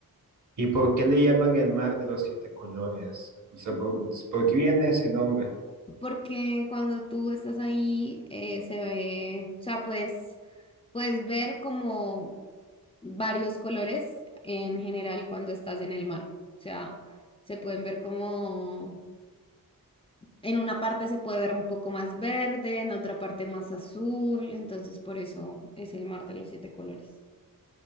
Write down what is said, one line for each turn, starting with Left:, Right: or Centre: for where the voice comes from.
Right: ¿Y por qué le llaman el mar de los siete colores? O sea, ¿por, por qué viene ese nombre?
Left: Porque cuando tú estás ahí, eh, se ve, o sea, puedes, puedes ver como varios colores en general cuando estás en el mar. O sea, se pueden ver como, en una parte se puede ver un poco más verde, en otra parte más azul, entonces por eso es el mar de los siete colores.